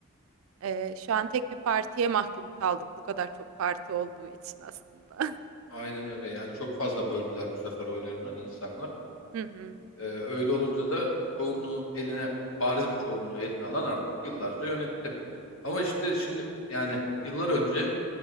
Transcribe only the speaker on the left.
Aynen öyle. Yani çok fazla böldüler bu sefer oylarını insanlar.
Ee, öyle olunca da çoğunluğu eline, bariz bir çoğunluğu eline alan artık yıllarca yönetti. Ama işte şimdi yani yıllar önce,